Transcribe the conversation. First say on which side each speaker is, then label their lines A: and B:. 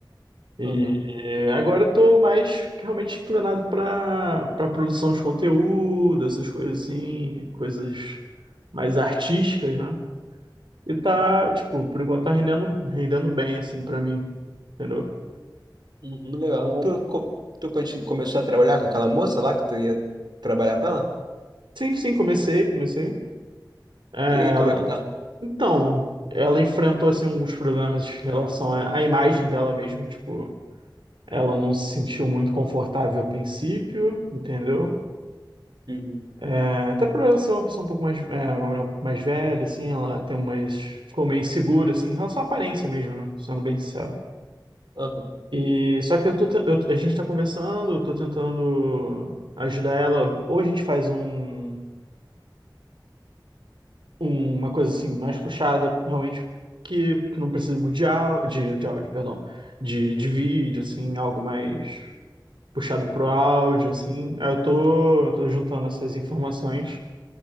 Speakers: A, on the right; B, on the right.
A: E
B: Uhum.
A: é, agora eu tô mais realmente inclinado pra, pra produção de conteúdo, essas coisas assim, coisas mais artísticas, né? E tá, tipo, por enquanto tá rendendo, rendendo bem, assim, pra mim. Entendeu?
B: Uhum, legal.
A: Então,
B: Tu, co- tu continu- começou a trabalhar com aquela moça lá que tu ia trabalhar com ela?
A: Sim, sim, comecei, comecei. É,
B: E aí,
A: ela-
B: como é que tá?
A: então, ela enfrentou, assim, alguns problemas em relação à, à imagem dela mesmo, tipo, ela não se sentiu muito confortável a princípio, entendeu?
B: Uhum.
A: É, até por ela ser uma pessoa um pouco mais, é, uma mulher mais velha, assim, ela tem umas, ficou meio insegura, assim, em relação à aparência mesmo, né? Sendo bem sincero.
B: Aham.
A: E só que eu tô, te- eu- a gente tá conversando, eu tô tentando ajudar ela. Ou a gente faz um, um- uma coisa assim mais puxada, realmente que, que não precisa muito de, áudio, de, de áudio, perdão, de, de vídeo, assim, algo mais puxado pro áudio, assim. Aí eu tô, eu tô juntando essas informações,